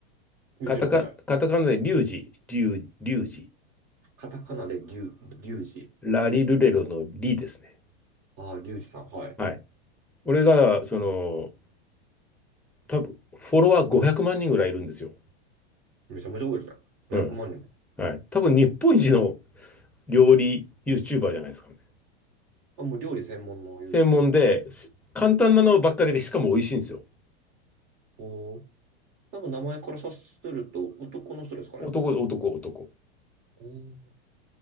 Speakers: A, on the right; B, in the centre.
A: リュウジは、
B: カタカ、
A: はい。
B: カタカナでリュウジ、リュウ、リュウジ、
A: カタカナでリュ、リュウジ。
B: ラリルレロのリですね。
A: ああ、リュウジさん、はい。
B: はい。俺が、その、多分フォロワー500万人ぐらいいるんですよ。
A: めちゃめちゃ多いですね。500万人も。
B: うん。はい。多分日本一の料理 YouTuber じゃないですかね。
A: あ、もう料理専門の YouTube。
B: 専門で、す簡単なのばっかりで、しかも美味しいんですよ。
A: おー。多分名前から察すると男の人ですかね。
B: 男、男、男。
A: おー。